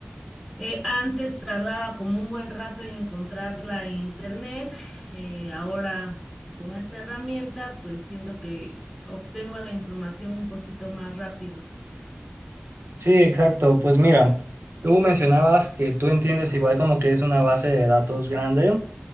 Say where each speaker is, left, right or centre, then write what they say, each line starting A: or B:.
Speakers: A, on the right; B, on the right.
A: eh, antes tardaba como un buen rato en encontrarla en internet, eh, ahora con esta herramienta pues siento que obtengo la información un poquito más rápido.
B: Sí, exacto. Pues mira. Tú mencionabas que tú entiendes igual como que es una base de datos grande.